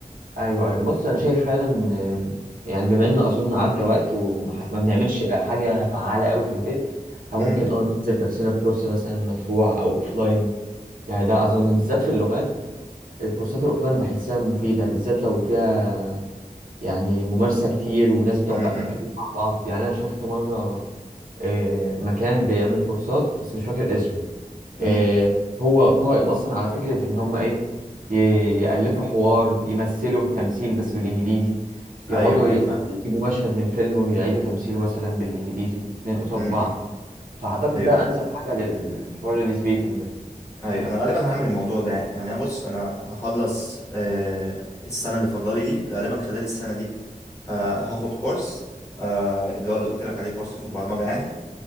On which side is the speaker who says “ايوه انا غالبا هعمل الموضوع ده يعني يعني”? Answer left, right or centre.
Left